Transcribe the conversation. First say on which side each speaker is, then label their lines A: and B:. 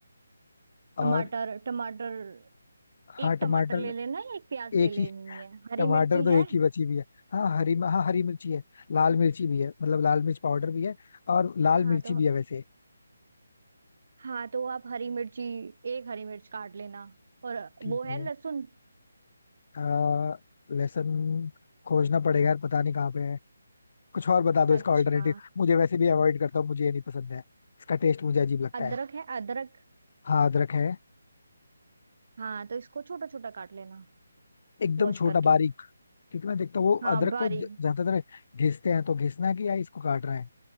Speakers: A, on the left (about 50°); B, on the right (about 55°).
A: और
B: टमाटर टमाटर
A: हाँ
B: एक
A: टमाटर
B: टमाटर ले लेना है एक प्याज ले
A: एक
B: लेनी
A: ही
B: है हरी
A: टमाटर
B: मिर्ची
A: तो
B: है
A: एक ही बची भी है हाँ हरी हाँ हरी मिर्ची है लाल मिर्ची भी है मतलब लाल मिर्च पाउडर भी है और लाल
B: हाँ
A: मिर्ची
B: तो
A: भी है वैसे
B: हाँ तो आप हरी मिर्ची एक हरी मिर्च काट लेना और
A: ठीक
B: वो है
A: है
B: लहसुन
A: अ, लहसुन खोजना पड़ेगा यार पता नहीं कहाँ पे है कुछ और बता दो इसका
B: अच्छा
A: ऑल्टरनेटिव मुझे वैसे भी अवॉइड करता हूँ मुझे ये नहीं पसंद है इसका टेस्ट मुझे अजीब लगता
B: अदरक
A: है
B: है अदरक
A: हाँ अदरक है
B: हाँ तो इसको छोटा छोटा काट लेना
A: एकदम
B: वॉश
A: छोटा
B: करके
A: बारीक क्योंकि मैं देखता हूँ वो
B: हाँ
A: अदरक
B: बारीक
A: को ज- ज्यादातर घिसते हैं तो घिसना है कि या इसको काट रहे हैं